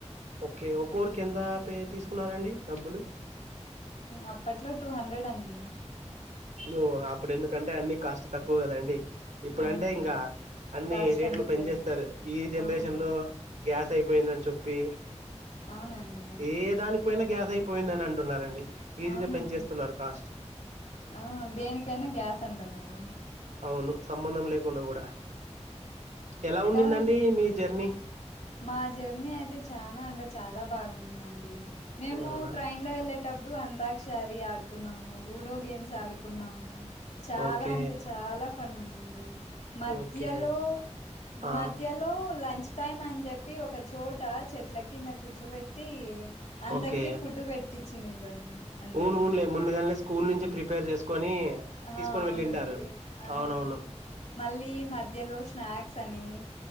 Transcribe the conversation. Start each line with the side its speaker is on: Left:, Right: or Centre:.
Right: ఓకే ఒకరికీ ఎంత పే తీసుకున్నారండి డబ్బులు
Left: అప్పట్లో టూ హండ్రెడ్ అండి
Right: ఓ అప్పుడు ఎందుకంటే అన్ని కాస్ట్ తక్కువ కదండి ఇప్పుడంటే
Left: అవునండి
Right: ఇంకా అన్ని
Left: కాస్ట్
Right: రేట్లు పెనించేస్తారు
Left: పెరిగి
Right: ఈ జనరేషన్
Left: అవునండి
Right: లో గ్యాస్ అయిపో పోయిందని చెప్పి
Left: అవునండి
Right: ఏ దానికి పోయినా గ్యాస్ అయిపోయిందని అంటున్నారండి ఈజీగా
Left: అవునండి
Right: పెంచేస్తున్నారు కాస్ట్
Left: ఆ దేనికైనా గ్యాస్ అంటున్నారు
Right: అవును సంబంధం లేకుండా కూడా ఎలా ఉండిందండి
Left: కాదా
Right: మీ జర్నీ
Left: మా జర్నీ అయితే చనాా అంటే చాలా బాగుందండి మేము
Right: అవునా
Left: ట్రైన్ లో వెళ్ళేటప్పుడు అంతాక్షారీ ఆడుకున్నాము లుడో గేమ్స్ ఆడుకున్నాము చాలా
Right: ఓకే.
Left: అంటే చాలా ఫన్ ఉంది మధ్యలో
Right: ఓకే. ఆ!
Left: మధ్యలో లంచ్ టైమ్ అని చెప్పి ఒక చోట చెట్ల కింద కూర్చోబెట్ అందరికి
Right: ఓకే.
Left: ఫుడ్ పెట్టించి నారు అండి
Right: అవును అవునులే ముందుగానే స్కూల్ నుంచి ప్రిపేర్ చేసుకొని
Left: ఆ
Right: తీసుకొని
Left: అవునండి
Right: వెళ్ళింటారు.
Left: ఆ
Right: అవునవును.
Left: మళ్ళీ మధ్యలో స్నాక్స్ అని